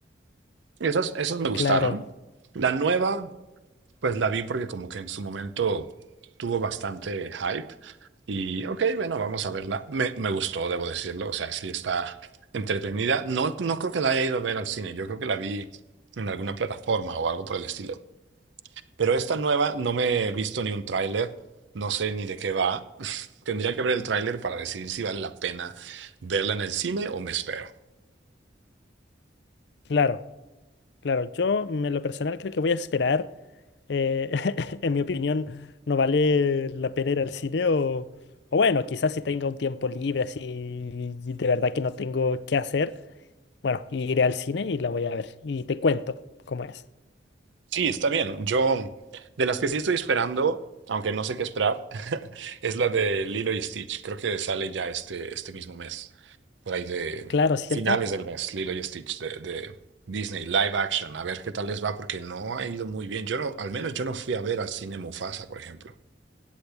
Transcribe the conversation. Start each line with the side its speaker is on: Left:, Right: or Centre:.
Right: Esas, esas me gustaron.
Left: Claro,
Right: La nueva. Pues la vi porque como que en su momento tuvo bastante hype y ok, bueno, vamos a verla. Me, me gustó, debo decirlo, o sea, sí está entretenida. No, no creo que la haya ido a ver al cine, yo creo que la vi en alguna plataforma o algo por el estilo. Pero esta nueva no me he visto ni un tráiler, no sé ni de qué va. Tendría que ver el tráiler para decidir si vale la pena verla en el cine o me espero.
Left: claro, claro. Yo, mm, en lo personal, creo que voy a esperar. Eh, <laughs> en mi opinión, no vale la pena ir al cine o, o bueno, quizás si tenga un tiempo libre, así y de verdad que no tengo qué hacer, bueno, iré al cine y la voy a ver y te cuento cómo es.
Right: Sí, está bien. Yo, de las que sí estoy esperando, aunque no sé qué esperar, <laughs> es la de Lilo y Stitch. Creo que sale ya este, este mismo mes, por ahí de
Left: Claro, ¿cierto?
Right: finales del mes, Lilo y Stitch de, de Disney, live action. A ver qué tal les va, porque no ha ido muy bien. Yo no, al menos yo no fui a ver al cine Mufasa, por ejemplo.